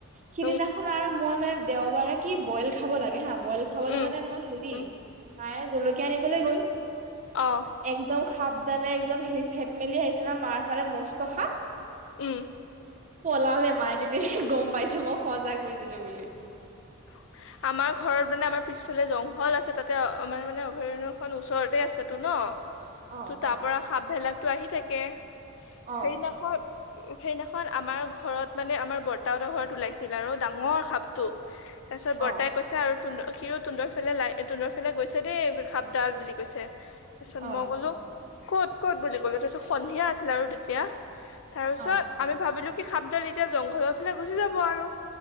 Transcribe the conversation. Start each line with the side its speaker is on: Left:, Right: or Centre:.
Right: সিদিনাখন
Left: উম
Right: আৰু মই মানে দেওবাৰে কি বইল খাব লাগে হা বইল খাবলৈ
Left: উম
Right: মানে মই হেৰি
Left: উম
Right: প্ৰায়ে জলকীয়া আনিবলৈ গ'ল।
Left: অঁ
Right: একদম সাপডালে, একদম হেৰি ফেট, মেলি আহিছে ন মাৰ ফালে মস্ত সাপ,
Left: উম
Right: পলালে মায়ে তেতিয়া গম পাইছে মই সচা কৈছিলো বুলি।
Left: হয়। আমাৰ ঘৰত মানে আমাৰ পিছফালে জংঘল, আছে তাতে মানে মানে অভয়াৰণ্যখন, ওচৰতে আছেতো ন।
Right: অ
Left: ত' তাৰ
Right: অ
Left: পৰা সাপ ভেলাকতটো আহি থাকে
Right: অ
Left: সেইদিখন সেইদিখন আমাৰ ঘৰত মানে আমাৰ বৰ্তা হতৰ ঘৰত ওলাইছিল আৰু ডাঙৰ সাপটো, তাৰ পিছত
Right: অ
Left: বৰ্তাই কৈছে আৰু তুনদ হিৰো তুন্দৰ ফালে লাই তুন্দডৰ ফালে গৈছে দেই সাপডাল বুলি কৈছে। তাৰপিছত
Right: অ
Left: মই কলো কত কত বুলি কলো, তাৰপিছত সন্ধিয়া আছিল আৰু তেতিয়া। তাৰ পিছত
Right: অ
Left: আমি ভাবিলো কি সাপডাল এতিয়া জংঘলৰ ফালে গুচি যাব আৰু।